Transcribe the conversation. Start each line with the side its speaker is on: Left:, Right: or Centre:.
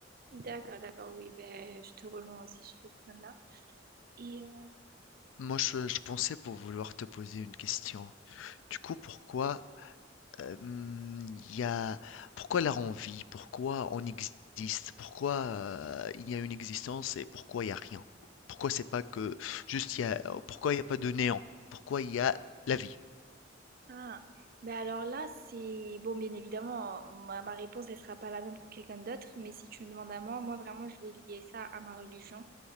Right: D'accord, d'accord, oui, ben, je te rejoins aussi sur ce point-là. Et euh,
Left: Moi je je pensais pour vouloir te poser une question. Du coup, pourquoi, hem, il y a pourquoi la envie? Pourquoi on existe? Pourquoi, heu, il y a une existence et pourquoi il y a rien? Pourquoi c'est pas que juste il y a oh, pourquoi il y a pas de néant? Pourquoi il y a la vie?
Right: ah, ben alors là, c'est bon, bien évidemment, ma, ma réponse, elle sera pas la même que quelqu'un d'autre, mais si tu me demandes à moi, moi vraiment, je vais lier ça à ma religion.